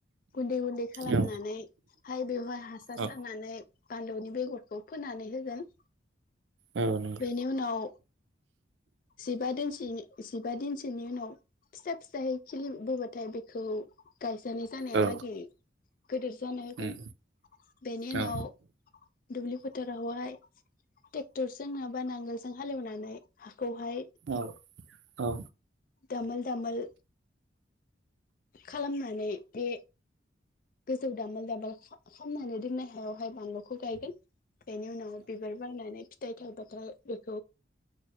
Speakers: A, on the left; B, on the right.
A: गुन्दै गुन्दै खालामनानैहाय
B: औ
A: बेवहाय हासार
B: औ
A: सारनानै बानलुनि बेगरखौ फोनानै होगोन
B: औ नंगौ
A: बेनि उनाव जिबा दिनसोनि जिबा दिनसोनि उनाव फिसा फिसायै खिलिबोबाथाय बेखौ गायसननाय जानाया
B: औ
A: लागे गोदोर जानो होगोन
B: उम
A: बेनि उनाव
B: औ
A: दुब्लि फोथारावहाय ट्रेक्टरजों नोंआबा नांगोलजों हालेवनानै हाखौहाय
B: औ औ
A: दामोल दामोल खालामनानै बे गोजौ दामोल दामोल खा-खामनानै दोननाय हायावहाय बानलुखौ गायगोन । बेनि उनाव बिबार बारनानै फिथाइ <unintelligible>